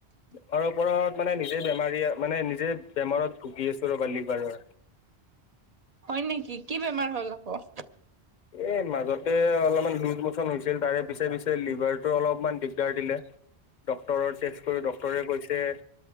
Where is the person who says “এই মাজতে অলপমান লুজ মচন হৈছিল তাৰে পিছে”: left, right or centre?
Left